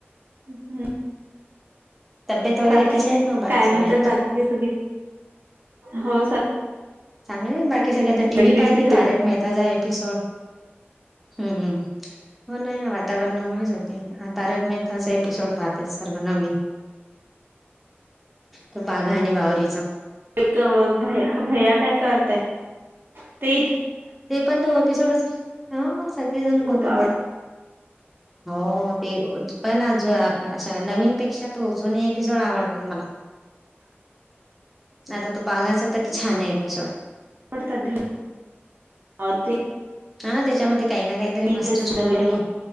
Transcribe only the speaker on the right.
् हम्म
बाकी
काय म्हणतात
बाकी सगळे हो स
पडली
होती थोडी.
एक भया भैया काय करताय ते इ
खूप आवड
<unintelligible>
<unintelligible>
वडता दिल आती
इंटरेस्ट
नवी मग.